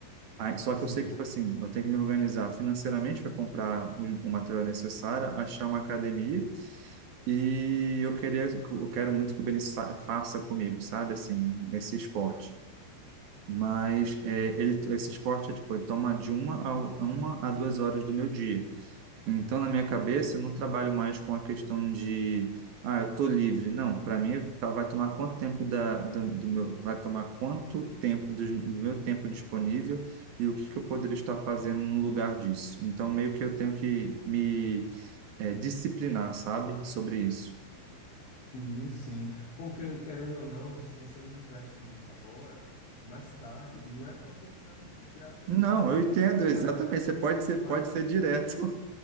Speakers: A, on the right (about 50°); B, on the left (about 60°).
A: Aí, só
B: Sim,
A: que eu sei que, tipo assim, eu tenho que me organizar financeiramente para comprar o, o material necessário, achar uma academia E eu queria, eu quero muito que o Benício sa- faça comigo, sabe, assim, esse esporte. Mas
B: entendo.
A: é, ele, esse esporte, é, tipo, ele toma de uma a, uma a duas horas do meu dia. Então, na minha cabeça, eu não trabalho mais com a questão de, ah, eu tô livre. Não, para mim, tá- vai tomar quanto tempo da, do, do meu, vai tomar quanto tempo dos- do, meu tempo disponível e o que que eu poderia estar fazendo no lugar disso. Então, meio que eu tenho que me, é, disciplinar, sabe, sobre isso.
B: E sim, porque querendo ou não, se você não investe nisso agora, mais tarde, não é profetizando desgraça,
A: Não,
B: não,
A: eu entendo,
B: mas
A: exatamente.
B: vai,
A: Você pode ser,
B: mas
A: pode ser direto.